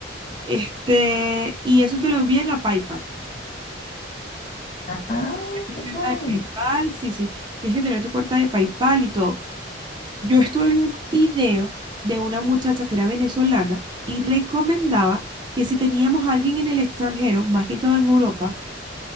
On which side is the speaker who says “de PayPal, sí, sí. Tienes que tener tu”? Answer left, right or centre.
Right